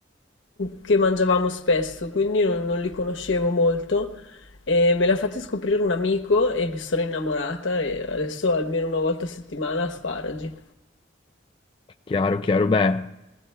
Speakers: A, on the left; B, on the left.
A: che mangiavamo spesso, quindi non, non li conoscevo molto. E me li ha fatti scoprire un amico e mi sono innamorata e adesso almeno una volta a settimana asparagi.
B: Chiaro, chiaro. Beh,